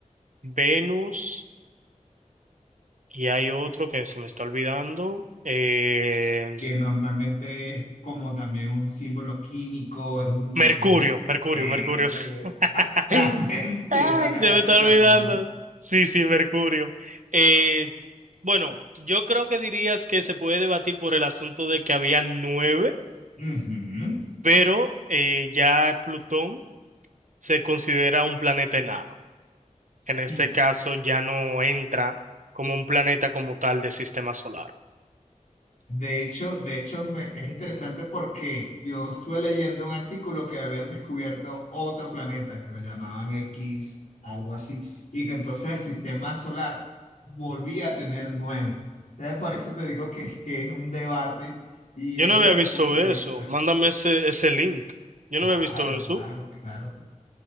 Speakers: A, on the right; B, on the left.
A: Venus. Y hay otro que se me está olvidando. eh,
B: que normalmente es como también un símbolo químico, es un...
A: Mercurio,
B: es un-
A: Mercurio,
B: eh,
A: Mercurio.
B: eh,
A: <laughs>
B: exactamente,
A: Ay,
B: la agarraste
A: se me está
B: rapidísimo.
A: olvidando. Sí, sí, Mercurio. Eh, bueno, yo creo que dirías que se puede debatir por el asunto de que había nueve,
B: Ujú.
A: pero eh, ya Plutón se considera un planeta enano.
B: Sí,
A: En este caso ya no entra como un planeta como tal del sistema solar.
B: de hecho, de hecho me- es interesante porque yo estuve leyendo un artículo que habían descubierto otro planeta que lo llamaban X, algo así, y que entonces el sistema solar volvía a tener nueve. Entonces, por eso te digo que, que es un debate y
A: Yo
B: es
A: no había
B: desde
A: visto
B: el punto
A: eso.
B: de vista.
A: Mándame ese, ese link. Yo
B: Claro,
A: no había visto eso.
B: claro, claro.